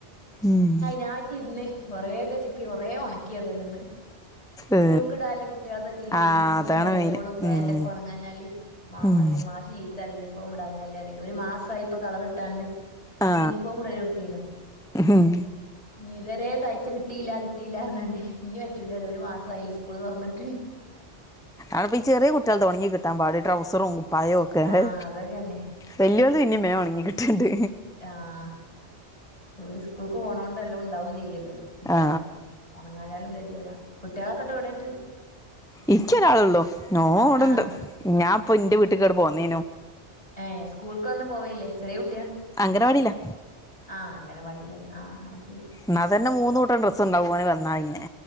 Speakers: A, in the centre; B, on the left (about 30°).
A: ഉം.
B: നായ്റ്റിര്ന്ന് കൊറേക്കെ ചിക്കി കൊറേ ഒണക്കി ഏതലുന്ന്.
A: ഏ
B: കൂൾക്ക്ടാല്ല കുട്ട്യൾതൊക്കെ
A: ആ
B: യൂനിഫോമും
A: അതാണ്
B: കാര്യങ്ങളും
A: മെയിന്
B: ഫാൻ്റൊക്കെ
A: ഉം
B: ഒണങ്ങാഞ്ഞാല്. മാ
A: ഉം
B: റീ മാഷീത്തറിം യൂണിഫോമ്ടാഞ്ഞല് അറിണ്ട് ഒരു മാസായിപ്പ കളർട്ടാണ്ട്.
A: ആ
B: ഇൻഫോം ഇടെലൊട്ത്തീണ്.
A: ഉം
B: ഇഞിതരെ തയ്ച്ച കിട്ടിയില്ല കിട്ടിയില്ലർഞ്ഞാണ്ടയ്. ഇഞ് വറ്റൂലല്ലോ ഒരു മാസായിലേ സ്കൂള് തൊർന്നിട്ട്.
A: ആപ്പ ചെറ്യേ കുട്ട്യൾതാ ഒൺങ്ങി കിട്ടാം പാട് ട്രൗസറും കുപ്പായോം ഒക്കെ
B: ആഹ്
A: ഹവ്.
B: അതൊക്കെന്നെ
A: വെല്യോൽത് ഇന്നിം മേം ഒണങ്ങി കിട്ട്ണ്ട്.
B: ആഹ് ഒര് സ്കൂൾക്ക് പോണോണ്ടല്ലോം ണ്ടാവും ചെയ്യല്ലോ ഉടാന്.
A: ആ
B: ഒണങ്ങാഞ്ഞാലും കെത്യേട കുട്ട്യാളൊക്കെട്ടെവ്ടെട്ട്.
A: ഇക്ക്യൊരാളള്ളൂ നോ അവടെണ്ട്
B: ആഹ്
A: ഞാപ്പൊ ന്റെ വീട്ടിക്ക്ട് പോന്നേനു.
B: ഏഹ് സ്കൂൾക്കൊന്ന് പോവല്ലേ ചെറിയ കുട്ട്യാ.
A: അംഗനവാടിയിലാ
B: ആഹ് അങനവാടീലല്ലേ ആഹ് ശരി.
A: ന്നാ തന്നെ മൂന്നൂട്ടം ഡ്രസ്ണ്ടാവും ഓന് വന്നാ വിന്നെ